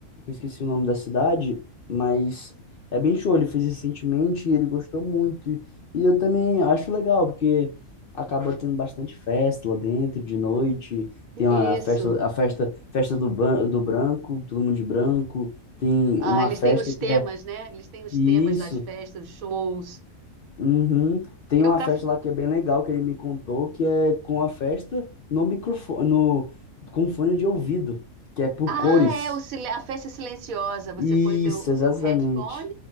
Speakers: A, on the left; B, on the right.
A: Eu esqueci o nome da cidade, mas é bem show. Ele fez recentemente e ele gostou muito. E eu também acho legal, porque acaba tendo bastante festa lá dentro de noite.
B: Isso.
A: Tem a festa, a festa, festa do, ban- do branco, todo mundo de branco. Tem
B: Ah,
A: uma
B: eles
A: festa
B: têm os
A: que
B: temas,
A: é
B: né? Eles têm os
A: isso.
B: temas das festas, os shows.
A: Uhum. Tem
B: Eu,
A: uma
B: para
A: festa lá que é bem legal, que ele me contou, que é com a festa no microfone, no, com fone de ouvido, que é por
B: Ah,
A: cores.
B: é o sil- a festa é silenciosa. Você
A: Isso,
B: põe o teu, o
A: exatamente.
B: teu headphone